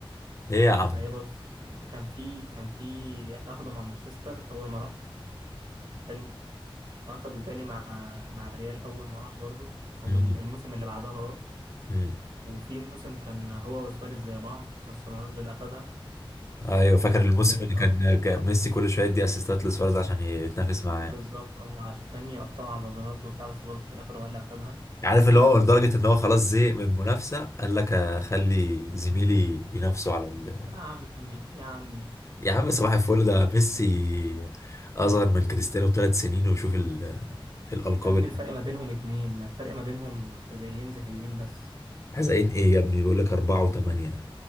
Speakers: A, on the left; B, on the right.
A: ايه يا عم
B: ما هي بص كان في كان في اخده مع مانشستر اول ما راح حلو واخده تاني مع مع الريال اول ما راح برضه او
A: مم.
B: ال- الموسم اللي بعدها اه
A: مم.
B: وفي موسم كان هو وسواريز زي بعض بس رونالدو اللي اخدها
A: ايوه فاكر الموسم
B: و-
A: اللي كان
B: آه،
A: كان ميسي كل شويه يدي اسيستات لسواريز عشان يتنافس معاه
B: بالظبط اه عشان يقطعوا على رونالدو بتاع بس برضه في الاخر هو اللي اخدها
A: عارف اللي هو لدرجة ان هو خلاص زهق من المنافسة قال لك اخلي زميلي ينافسه على ال...
B: يا عمي يا عمي
A: يا عم صباح الفل ده ميسي اصغر من كريستيانو بثلاث سنين وشوف ال... الالقاب
B: يا ابني
A: اللي-
B: الفرق ما بينهم اتنين ما الفرق ما بينهم حذائيين ذهبيين بس
A: حزقين ايه يا ابني بيقول لك اربعة وثمانية